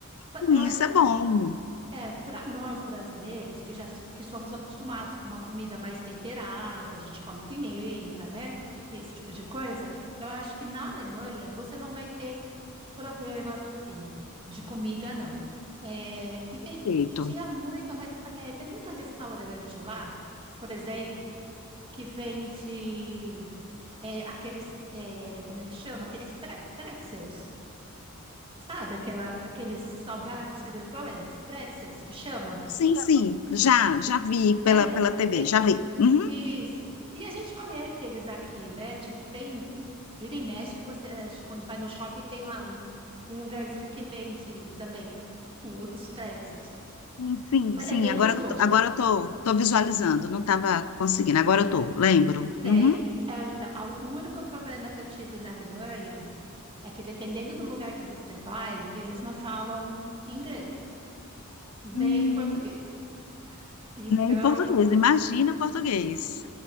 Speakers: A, on the right; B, on the left.
A: Pa-
B: hum,
A: Eu acho
B: isso é
A: assim,
B: bom.
A: pra- é, para nós brasileiros que já s- que somos acostumados com uma comida mais temperada, a gente come pimenta, né? Esse tipo de coisa. Eu acho que na Alemanha você não vai ter problemas assim de comida, não. É, e tem,
B: Perfeito.
A: e tinha muito, resta- é, tem muito restaurante lá, por exemplo, que vende é, aqueles, é, como é que chama? Aqueles pre- pretzels. Sabe aquela, aqueles salgados grandões, pretzels que chamam?
B: Sim, sim. Já, já vi
A: É,
B: pela,
A: então,
B: pela TV,
A: tem
B: já vi. Uhum.
A: isso. E a gente conhece eles aqui, né? Tipo, tem, vira e mexe, você, eh, quando vai no shopping, tem lá um, um lugarzinho que vende também o- os pretzels.
B: Hum, Sim, sim.
A: É bem
B: Agora,
A: gostoso.
B: eu tô- agora eu tô, tô visualizando. Não estava conseguindo. Agora eu tô, lembro.
A: É,
B: Uhum.
A: é, então, a- o único problema que eu tive na Alemanha é que, dependendo do lugar que você vai, eles não falam inglês, nem
B: Hum,
A: português. <laughs>
B: né,
A: Então,
B: Em português, imagina português.